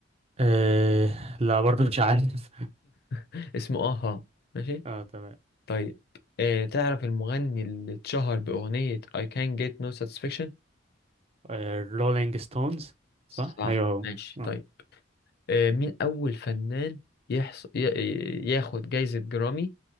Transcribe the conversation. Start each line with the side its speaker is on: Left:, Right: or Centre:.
Right: آه لا برضه مش عارف
Left: <laughs> اسمه اها ماشي
Right: اه تمام
Left: طيب آه تعرف المغني اللي اتشهر باغنية I can't get no satisfaction
Right: آه رولينج ستونز صح
Left: صح
Right: ايوه هو
Left: ماشي طيب
Right: آه
Left: آه، مين أول فنان يحص... ي... ي- ياخد جايزة جرامي